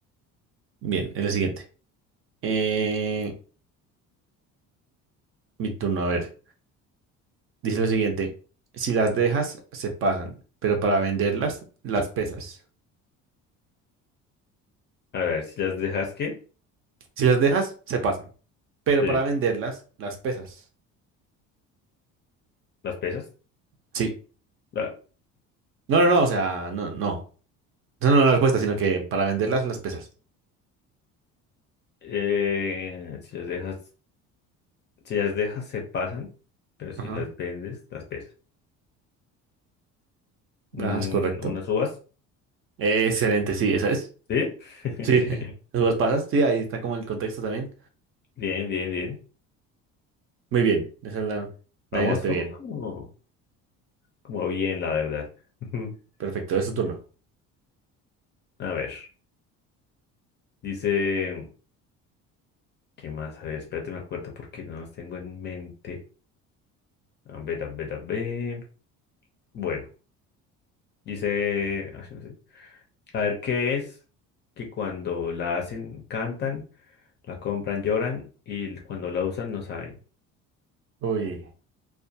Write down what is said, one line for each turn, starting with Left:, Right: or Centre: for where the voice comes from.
Right: Bien, es lo siguiente. Eh, mi turno, a ver. Dice lo siguiente. Si las dejas, se pasan, pero para venderlas, las pesas.
Left: a ver, si las dejas, ¿qué?
Right: Si las dejas, se pasan, pero
Left: Sí,
Right: para venderlas, las pesas.
Left: las pesas.
Right: Sí.
Left: La-
Right: No, no, no, o sea, no, no. Esa no es la respuesta, sino que para venderlas, las pesas.
Left: eh, si las dejas, si las dejas, se pasan, pero si
Right: Ajá.
Left: las vendes, las pesas. Mm,
Right: Ajá, es correcto.
Left: unas uvas,
Right: Excelente, sí, esa es.
Left: ¿sí? <laughs>
Right: Sí, <laughs> los pasas, sí, ahí está como el contexto también.
Left: Bien, bien, bien.
Right: Muy bien, esa la, la
Left: Vamos,
Right: adivinaste
Left: vamos
Right: bien.
Left: como, como bien, la verdad. <laughs>
Right: Perfecto, es su turno.
Left: A ver, dice, ¿qué más? A ver, espérate, me acuerdo porque no los tengo en mente. A ver, a ver, a ver. Bueno. Dice, ay, no sé. A ver, ¿qué es que cuando la hacen, cantan, la compran, lloran y cuando la usan no saben?
Right: Uy,